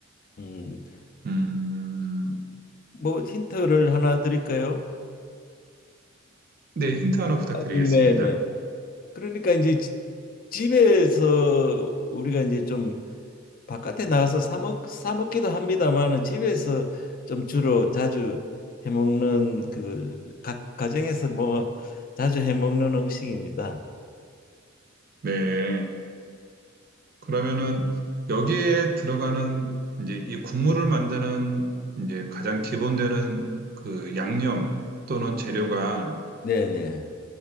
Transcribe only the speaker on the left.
음,
뭐 힌트를 하나 드릴까요?
아, 네네. 그러니까 이제 지- 집에서 우리가 이제 좀 바깥에 나가서 사 먹, 사 먹기도 합니다만은 집에서 좀 주로 자주 해 먹는 그 가, 가정에서 뭐 자주 해 먹는 음식입니다.
네네.